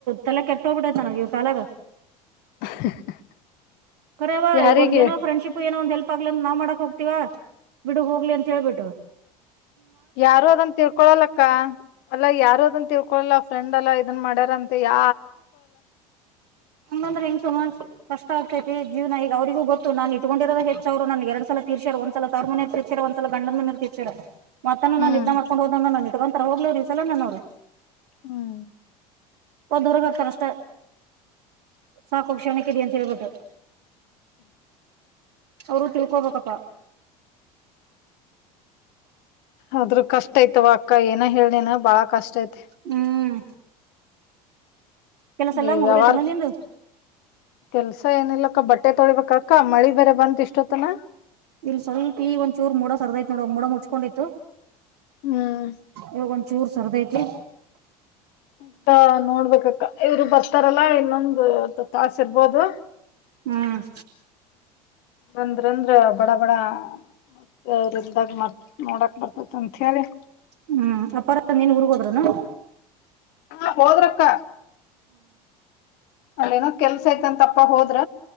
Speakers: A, on the right; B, on the left.
A: ತಲೆ ಕೆಟ್ಟ ಹೋಗ್ಬಿಟ್ಟದ ನನಗ ಇವ ಕಾಲಾಗ
B: <unintelligible>
A: ಕರಿಯಪ್ಪ
B: ಯಾರಿಗೆ
A: ಒಂದ ಏನ ಫ್ರೆಂಡ್ಶಿಪ್ ಏನೋ ಒಂದೆಲ್ಲ ಪ್ಪಾಗ್ಲ ನಾವ್ ಮಾಡಕ್ ಹೋಗ್ತಿೀವ ಬಿಡಗ್ ಹೋಗ್ಲಿ ಅಂತ ಹೇಳ್ಬಿಟ್ರು
B: ಯಾರು ಅದನ್ ತಿಳ್ಕೊಳಲ್ಲಕ್ಕ ಅಲ್ಲಾ ಯಾರು ಅದನ್ ತಿಳ್ಕೊಳಲ್ಲ ಫ್ರೆಂಡ್ ಎಲ್ಲಾ ಇದನ್ ಮಾಡ್ಯಾರಂತ ಯ
A: ಹಂದಂದ್ರೆ <unintelligible> ಹೆಂಗ ಸಲ್ ಕಷ್ಟ ಆಗ್ತೈತಿ ಜೀವನ ಈಗ ಅವರಿಗ ಗೊ ನಾನ್ ಇಟ್ಕೊಂಡಿರದ ಹೆಚ್್ರು <unintelligible> ನನ್ ಎರಡ್ ಸಲ ತೀರ್ರ ಒಂದ ಸಲ ತ <inaudible> ಒಂದ್ಲ ಗಂಡಂದ ನೀ ತಿರ್ಚ್ಚರ ಮತ್ತಾನ
B: ಹ್ಮ್
A: ನನ್ ನ ಇದ್ದ ಮಾಡ್ಕೊಂಡು ಹೋದಂದ ನ ಇಟ್ಕೊಂತತಾರ ಹೋಗ್ವ್ರು ಈ ಸಲ ನನವರು
B: ಹ್ಮ್
A: ಒ್ಊರಗ <unintelligible> ಹಾಕ್ಕಾರಷ್ಟೇ ಸಾಕು ಕ್ಷಣಕ್ಕೆಿದೆ ಅಂತ ಹೇಳ್ಬಿಟ್ಟು ಅವರು ತಿಳ್ಕೊಬೇಕಪ್ಪಾ
B: ಆದದ್ರ ಕಷ್ಟ ಯ್ತವ ಅಕ್ಕ ಏನ ಹೇಳನೇನ ಬಾಳ ಕಷ್ಟ ತೆ
A: ಹ್ಮ್ ಕೆಲಸ ಎಲ್ಲ
B: ಈ
A: ಮುಗ್ದ
B: ವ್ಯವಹಾರ
A: ಚನೋ ನಿಂದು
B: ಕೆಲ್ಸ ಏನ ಇಿಲ್ಲಕ್ಕ ಬಟ್ಟೆ ತೊಳಿಬೇಕ ಅಕ್ಕ ಮಳಿ ಬೇರೆ ಬಂದ ಇಷ್ಟೊತ್ತನ
A: ಇಲ್ಲಿ ಸ್ವಲ್ಪ ಈಗ ಒಂದಚೂರ್ ಮೂೋಡ ಸರ್ದೈಯತ ನೋಡ ಮೋಡ ಮುಚ್ಕೊಂಡಿತ್ತು
B: ಹ್ಮ್
A: ಇವಾಗ ಒಂದಚೂರು ಸರ್ದ್ ಐತಿ
B: ಅತ್ತ ನೋಡ್ಬೇಕಕ್ಕ ಇವ್ರು ಬರ್ತಾರಲ್ಲಾ ಇನ್ನೊಂದು ತಾಸ ಇರ್ಬೋದು
A: ಹ್ಮ್
B: ಬಂದ್ರ ಅಂದ್ರ ಬಡ ಬಡ ಮತ್ತೆ ಅವ್ರಲ್ದಾಗ ಮ ನೋಡಕ್ ಬರ್ತತಿ ಅಂ ಹೇಳೇಳಿ
A: ಹ್ಮ್ ಅಪಾರ ನೀನ್ ಊರ್ಗ್ೋದ್ರನಾ
B: ಹಾ ಹೋದ್ರಕ್ಕ ಅಲ್ಲೇನೋ ಕೆಲ್ಸ ಯ್ತಂತಪ್ಪ ಹೋದ್ರ